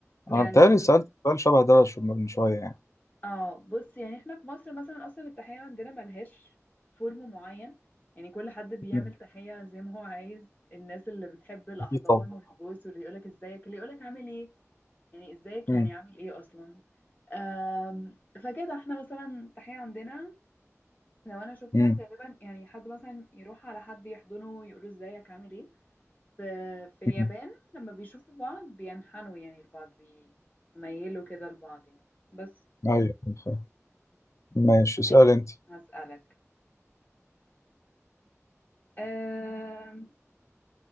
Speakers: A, on the left; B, on the left.
A: يعني
B: انا بتهيألي سألت سؤال شبه ده شو- من شوية يعني
A: اه بص يعني احنا في مصر مثلا اصلا التحية عندنا ملهاش فورم معين يعني كل حد بيعمل
B: مم.
A: تحية زي ما هو عايز الناس اللي بتحب الاحضان
B: اكيد طبعا
A: والبوس واللي يقولك ازيك اللي يقولك عامل ايه يعني ازيك
B: مم.
A: يعني عامل ايه اصلا آم، فكده احنا مثلا التحية عندنا لو انا شفتها
B: مم.
A: غالبا يعني حد مثلا يروح على حد يحضنه ويقوله ازيك عامل ايه في في اليابان
B: مم.
A: لما بيشوفوا بعض بينحنوا يعني لبعض بيميلوا كده لبعض يعني بس
B: ايوه فاهم. ماشي اسأل
A: طيب.
B: انت
A: هسألك أم،